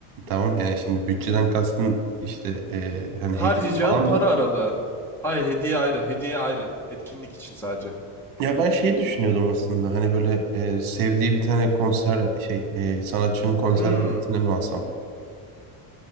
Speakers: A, on the right (about 50°); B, in the centre.
A: Tamam yani şimdi bütçeden kastın işte e, hani
B: Harcayacağın
A: hediye falan
B: para
A: mı?
B: aralığı. Hayır hediye ayrı hediye ayrı etkinlik için sadece.
A: Ya ben şey düşünüyordum aslında hani böyle e, sevdiği bir tane konser şey e, sanatçının konser
B: Hmm.
A: biletine mi alsam?